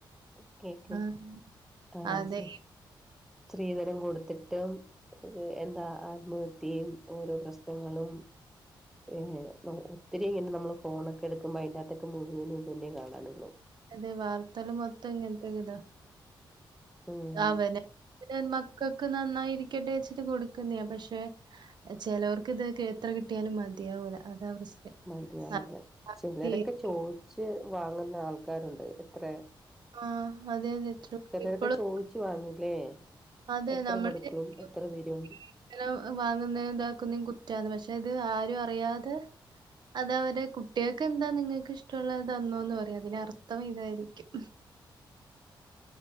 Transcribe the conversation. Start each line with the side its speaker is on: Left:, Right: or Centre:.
Centre: ഓക്കേ ഓക്കേ
Right: ആ
Centre: ആഹ്
Right: അതെ.
Centre: ശരി സ്ത്രീധനം കൊ കൊടുത്തിട്ടുംത് എന്താ ആത്മഹത്യയും ഓരോ പ്രശ്നങ്ങളും- ഏഹ് ഒത്തിരി ഇങ്ങനെ നമ്മള് ഫോണൊക്കെ എടുക്കുമ്പോ അതിനകത്തൊക്കെ മുഴുവനന് ഇത് തന്നെ കാണാനുള്ളു
Right: അതെ വാർത്തകള് മൊത്തം ഇങ്ങനത്തെ ഇതാ
Centre: ഉം
Right: അവനെ- പിന്നെ മക്കൾക്ക് നന്നായിരിക്കട്ടെ വച്ചിട്ട് കൊടുക്കുന്ന പക്ഷെ- ചെലവർക്ക് ഇതൊക്കെ എത്ര കിട്ടിയാലും മതിയാവൂല അതാ പ്രശ്നം
Centre: മതിയാവില്ല
Right: അത്
Centre: ചിലരൊക്കെ
Right: ആയിരിക്കും.
Centre: ചോദിച്ച് വാങ്ങുന്ന ആൾക്കാരുണ്ട് എത്ര-
Right: ആ. അതെ, അതെ. ട്രൂ.
Centre: ചെലരൊക്കെ
Right: ഇപ്പളും
Centre: ചോദിച്ചു വാങ്ങുംയില്ലേ
Right: അതെ
Centre: എത്ര
Right: നമ്മള്
Centre: കൊടുക്കും
Right: വിചാരിക്കും
Centre: എത്ര തരും
Right: ഇങ്ങനെ വാങ്ങുന്ന ഇതാക്കുന്നതും കുറ്റവാന്ന് പക്ഷെ ഇത് ആരും അറിയാതെ- അത് അവര് കുട്ടികൾക്ക് എന്താ നിങ്ങൾക്ക് ഇഷ്ടമുള്ളത് തനോന്ന് പറയും അതിന് അർത്ഥം ഇതായിരിക്കും